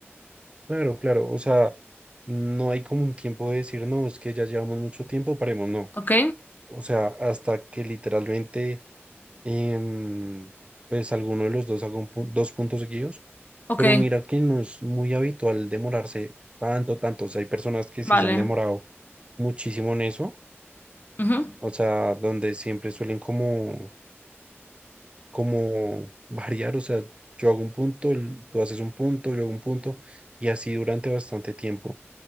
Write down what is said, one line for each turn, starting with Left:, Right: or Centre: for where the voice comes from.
Right: Claro, claro. O sea, no hay como un tiempo de decir, no, es que ya llevamos mucho tiempo, paremos, no.
Left: ¿Ok?
Right: O sea, hasta que literalmente em, pues alguno de los dos haga un pu- dos puntos seguidos,
Left: Ok,
Right: pero mira que no es muy habitual demorarse tanto, tanto. O sea, hay personas que
Left: vale.
Right: sí se han demorado muchísimo en eso,
Left: Ujú.
Right: o sea, donde siempre suelen como, como <laughs> variar, o sea, yo hago un punto, el- tú haces un punto, yo hago un punto, y así durante bastante tiempo,